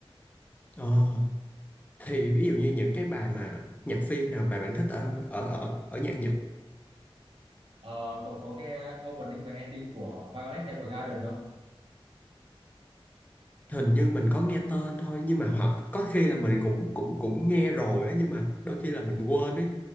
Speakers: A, on the left; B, on the right.
A: ờ. Thì ví dụ như những cái bài mà nhạc phim nào mà bạn thích ở ở ở ở nhạc Nhật
B: Ờ, cậu có nghe opening và ending của Violet Evergarden không
A: hình như mình có nghe tên thôi nhưng mà hoặc có khi là mình cũng cũng cũng nghe rồi á nhưng mà đôi khi là mình quên ấy